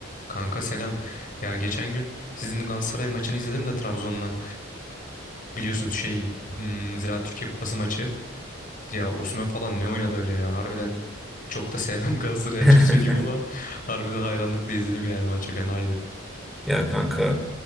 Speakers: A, on the left; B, in the centre.
A: Kanka selam. Ya geçen gün sizin Galatasaray maçını izledim de Trabzon'la. Biliyorsunuz şey hmm, Ziraat Türkiye Kupası maçı. Ya Osimhen falan ne oynadı öyle ya. Harbiden çok da sevmem <laughs> Galatasaray'ı
B: <laughs>
A: açık söyleyeyim ama harbiden hayranlıkla izledim yani maçı fenaydı.
B: Ya kanka